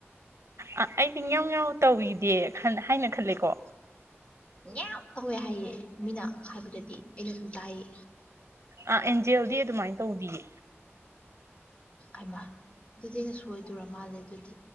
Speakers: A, on the right; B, on the left.
A: ꯑ ꯑꯩꯗꯤ ꯉꯧ ꯉꯎ ꯇꯧꯏꯗꯦ ꯍꯥꯏꯅ ꯈꯜꯂꯦꯀꯣ
B: ꯌꯥꯝ ꯇꯧꯋꯦ ꯍꯥꯏꯌꯦꯦ ꯃꯤꯅ ꯍꯥꯏꯕꯗꯗꯤ ꯑꯩꯅ ꯁꯨꯝ ꯇꯥꯏꯌꯦ
A: ꯑ ꯑꯦꯟꯖꯦꯜꯗꯤ ꯑꯗꯨꯃꯥꯏꯅ ꯇꯧꯗꯤꯌꯦ
B: ꯑꯃ ꯑꯗꯨꯗꯤ ꯑꯩꯅ ꯁꯣꯏꯗꯔ ꯃꯥꯜꯂꯦ ꯑꯗꯨꯗꯤ